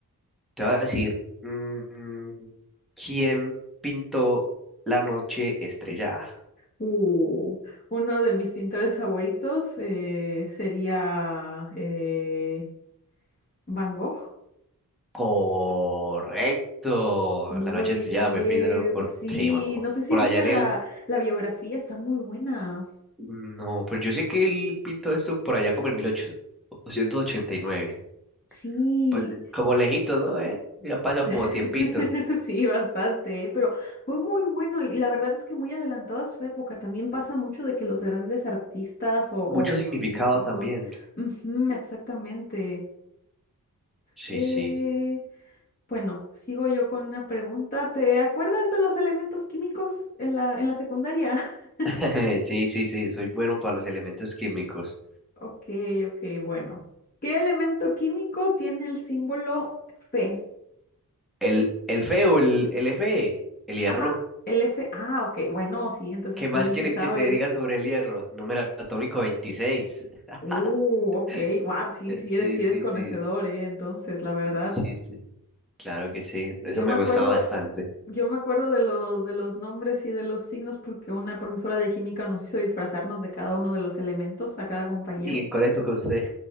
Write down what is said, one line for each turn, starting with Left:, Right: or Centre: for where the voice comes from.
Centre: te voy a decir, mm, ¿quién pintó La Noche Estrellada?
Left: Uh, uno de mis pintores favoritos eh, sería eh, Van Gogh.
Centre: Correcto,
Left: Muy
Centre: La Noche Estrellada
Left: bien,
Centre: fue pintado por,
Left: sí.
Centre: sí, man,
Left: No sé si
Centre: por
Left: viste
Centre: allá en
Left: la,
Centre: el,
Left: la biografía, está muy buena.
Centre: no, pues yo sé que él pintó esto por allá como en mil ochocientos ochenta y nueve,
Left: Sí,
Centre: pues como lejito, ¿no? ¿Eh? Ya pasó
Left: <laughs>
Centre: como tiempito,
Left: sí, bastante, ¿eh? Pero fue muy bueno y la verdad es que muy adelantado a su época. También pasa mucho de que los grandes artistas o,
Centre: mucho
Left: o
Centre: significado
Left: físicos,
Centre: también,
Left: ujú, exactamente.
Centre: sí,
Left: Eh,
Centre: sí,
Left: bueno, sigo yo con una pregunta. ¿Te acuerdas de los elementos químicos en la, en la secundaria? <laughs>
Centre: <laughs> sí, sí, sí, soy bueno para los elementos químicos,
Left: Ok, ok, bueno. ¿Qué elemento químico tiene el símbolo Fe?
Centre: el, el feo, el, el Fe, el hierro.
Left: Ajá, el F. Ah, ok, bueno, sí, entonces
Centre: ¿Qué
Left: sí,
Centre: más quieres
Left: sí sabes.
Centre: que te diga sobre el hierro? Número atómico 26. <laughs>
Left: Uh, ok, wow, sí, sí
Centre: Sí,
Left: eres, sí eres
Centre: sí,
Left: conocedor,
Centre: sí,
Left: eh, entonces, la verdad.
Centre: sí, sí. Claro que sí, eso
Left: Yo
Centre: me
Left: me acuerdo,
Centre: gustaba bastante.
Left: yo me acuerdo de los, de los nombres y de los signos porque una profesora de química nos hizo disfrazarnos de cada uno de los elementos, a cada compañero.
Centre: ¿Y cuál es tu usted?